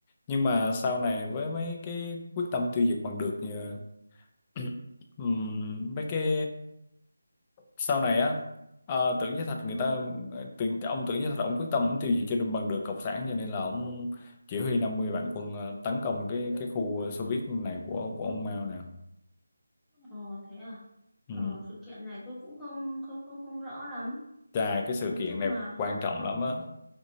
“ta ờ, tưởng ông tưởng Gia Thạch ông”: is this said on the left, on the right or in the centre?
Left